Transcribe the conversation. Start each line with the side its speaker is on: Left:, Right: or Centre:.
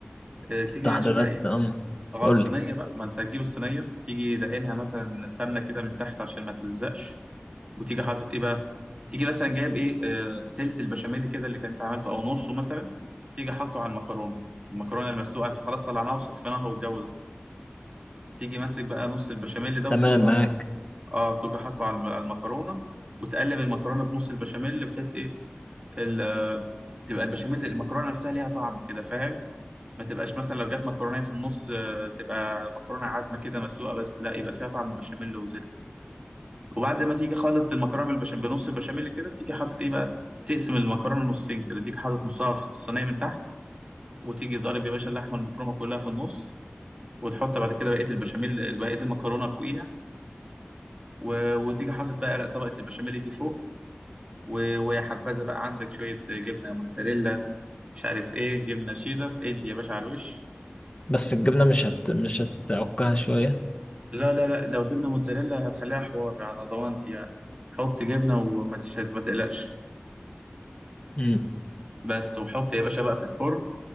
Right: آه، تيجي
Left: التحضيرات
Right: يا باشا بقى إيه،
Left: امم
Right: اه
Left: قول
Right: الصينية
Left: لي
Right: بقى ما انت هتجيب الصينية تيجي دهنها مثلا سمنة كده من تحت عشان ما تلزقش وتيجي حاطط ايه بقى تيجي مثلا جايب ايه آه تلت البشاميل كده اللي كنت عملته او نصه مثلا تيجي حاطه على المكرونة المكرونة المسلوقة انت خلاص طلعناها وصفيناها والجو ده تيجي ماسك بقى نص البشاميل ده وتحطه
Left: تمام
Right: على
Left: معاك
Right: اه تيجي حاطه على الم- على المكرونة وتقلب المكرونة بنص البشاميل بحيث ايه ال... آه، تبقى البشاميل المكرونة نفسها ليها طعم كده فاهم ما تبقاش مثلا لو جت مكرونه في النص آه، تبقى مكرونه عادمه كده مسلوقه بس لا يبقى فيها طعم البشاميل وزلفه وبعد ما تيجي خلط المكرونه بالبشاميل بنص البشاميل كده تيجي حاطط ايه بقى تقسم المكرونه نصين كده تيجي حاطط نصها في الصينيه من تحت وتيجي ضارب يا باشا اللحمه المفرومه كلها في النص وتحط بعد كده بقيه البشاميل بقيه المكرونه فوقيها و... وتيجي حاطط بقى طبقه البشاميل دي فوق و... ويا حبذا بقى عندك شويه جبنه موتزاريلا مش عارف ايه جبنه شيدر ادي يا باشا على الوش
Left: بس الجبنة مش هت مش هتعكها شوية
Right: لا لا لا لو جبنا موتزاريلا هتخليها حوار على ضمانتي يعني حط جبنة وما تش... ما تقلقش
Left: امم
Right: بس وحط يا باشا بقى في الفرن